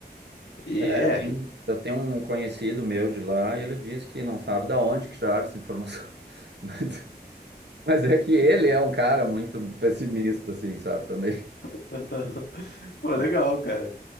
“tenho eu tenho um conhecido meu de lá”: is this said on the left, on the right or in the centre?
Right